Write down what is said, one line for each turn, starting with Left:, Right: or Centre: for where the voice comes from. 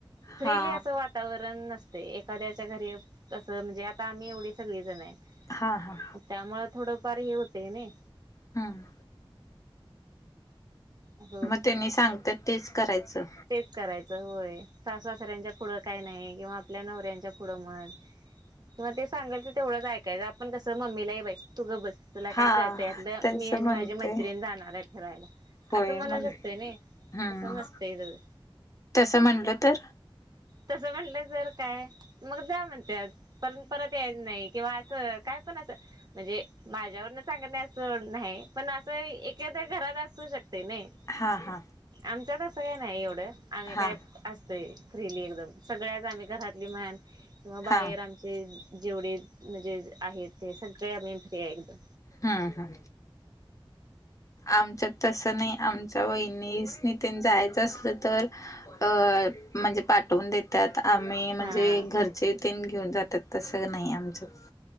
Right: फ्रीली
Left: हा
Right: असं वा तावरण नसतयं. एखाद्याच्या घरी कसं म्हणजे आता आम्ही एवढी सगळी जण हाय.
Left: हां हां.
Right: त्यामुळे थोडंफार हे होतय नाही.
Left: हम.
Right: असं होते
Left: मग त्यांनी सांगत्यात तेच करायचं.
Right: तेच करायचं होय. सासु-सासऱ्यांच्या पुढं काय नाही. किंवा आपल्या नवऱ्यांच्या पुढं म्हणं. तेव्हा ते सांगल ते तेवढंच ऐकायच. आपण कसं मम्मीला ये बाई तु गप्प बस. तुला
Left: हा
Right: काय कळतय यातल
Left: त्यांचं
Right: मी आणि
Left: म्हणते
Right: माझी मैत्रिण जाणार हाय फरायला.
Left: होय
Right: असं म्हनू
Left: म्हण
Right: शकतय नई,
Left: हम्म
Right: तसं नसतयं ग.
Left: तसं म्हणलं तर?
Right: तसं म्हनलं तर काय, मग जा म्हणत्यात, पण परत यायचं नाही. किंवा असं काय पण असं, म्हणजे, माझ्यावरन सांगत नाही असं सोड नाही पण अस एक एखाद्या घरात असू शकतय नई.
Left: हां हां.
Right: आमच्यात अस काय नाही एवढ, आम्ही
Left: हा
Right: काय, असतोय. फ्रीली एकदम, सगळ्याच आम्ही घरातली म्हण, किंवा
Left: हा
Right: बाहेर आम चे जेवढे, म्हणजे आहेत ते सगळे आम्ही फ्री ये एकदम.
Left: हा हा. आमच्यात तस नई आमच्या वहिनीसनी तेन जायचं असलं तर अ, म्हणजे पाठवून दे त्यात आम्ही म्हणजे
Right: हा
Left: घरचे तेन घेऊन जातात तसं नाही आमच्यात.